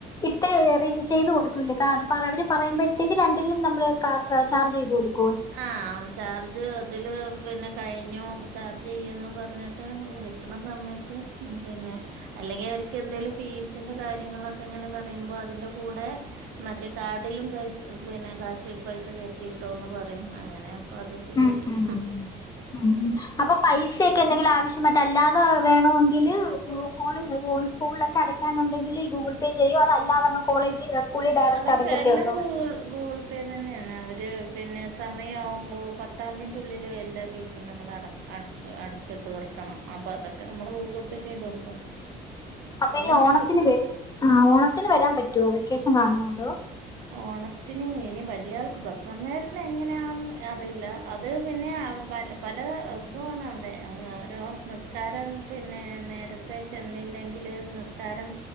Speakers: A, on the left; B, on the right.
A: ഇട്ട് ഏറി ചെയ്ത് കൊടുക്കൂല്ലേ കാരം പ്പ അവര് പറയ്മ്പഴത്തേക്ക് രണ്ടിലും നമ്മള് ക ചാർജ് ചെയ്ത് കൊടുക്കോ?
B: ആഹ് ചാർജ് ഇതില് പിന്നെ കഴിഞ്ഞു ചാർജ് ചെയ്യോന്ന് പർഞ്ഞ് ട്ട് വിളിക്ക്ണ സമയത്ത് പിന്നെ അല്ലെങ്കി അവർക്ക് എന്തേലും ഫീസിന്റെ കാര്യങ്ങളൊക്കെ ഇങ്ങനെ പറയുമ്പോ അതിറെ കൂടെ മറ്റേ കാർഡിലും പൈസ പിന്നെ കാശ് പൈസ കേറ്റിയിട്ടോന്ന് പറഞ്ഞു. പറയും അങ്ങനെ അപ്പൊ അതിക്ക്
A: ഉം
B: കേറ്റും.
A: ഉം ഉം ഉം അപ്പൊ പൈസയൊക്കെ എന്തെങ്കിലും ആവശ്യം മറ്റ് അല്ലാതെ വേണോങ്കില് ഓല് വോയിസ്‌ കാളിൽ ഒക്കെ അടക്കാൻ. അടക്കാൻ ഉണ്ടെങ്കില് ഈ ഗൂഗിൾ പേ ചെയ്യോ, അത് അല്ലാതെ കോളേജ്. സ്കൂളിൽ ഡയറക്റ്റ്
B: അതൊക്കെ
A: അടയ്ക്കത്തേ
B: എല്ലാം
A: ഉള്ളൂ
B: ഗൂഗിൾ ഗൂഗിൾ. ജി പേയ് തന്നെയാണ് അവര് പിന്നെ സമയാവുമ്പോൾ പത്താം തീയതിന് ഉള്ളില് എല്ലാ ഫീസും നമ്മൾ അടക്കും. അടച്ച് അടച്ച് തീർക്കണം അപ്പോ അതൊക്കെ നമ്മള് ഗൂഗിൾ പേ ചെയ്തു കൊടുക്കും.
A: അപ്പൊ
B: എല്ലാം
A: ഇനി ഓണത്തിന്
B: ഗൂഗിൾ
A: വ ആഹ് ഓണത്തിന് വരാൻ പറ്റുവോ, വെക്കേഷൻ കാണുവോ അതോ?
B: ഓണത്തിന് ഇനി വലിയ ആൾക്ക് <unintelligible> എങ്ങനെയാെന്ന് അറിയില്ല അത് പിന്നെ വെല്ല്യ പല ഇതുവാണ് അവിടെ ഓരോ നിസ്കാരം പിന്നെ നേരം. ത്തെ ചെന്നില്ലെങ്കിൽ നിസ്കാരം.